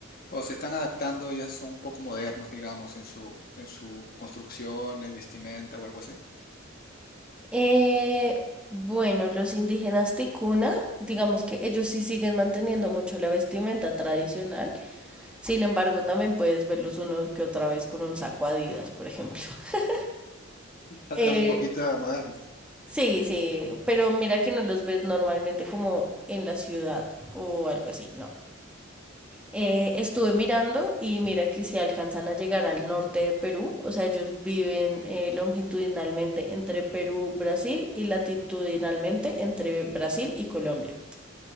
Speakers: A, on the left (about 50°); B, in the centre.
A: o se están adaptando, ya son un poco modernos, digamos, en su, en su construcción, eh, vestimenta o algo así?
B: Eh, bueno, los indígenas ticuna, digamos que ellos sí siguen manteniendo mucho la vestimenta tradicional, sin embargo, también puedes verlos uno que otra vez con un saco Adidas, por ejemplo. <laughs>
A: Faltan
B: Eh,
A: un poquito modernos.
B: Sí, sí, pero mira que no los ves normalmente como en la ciudad o algo así, no. Eh, estuve mirando y mira que si alcanzan a llegar al norte de Perú, o sea, ellos viven eh, longitudinalmente entre Perú, Brasil y latitudinalmente entre Brasil y Colombia.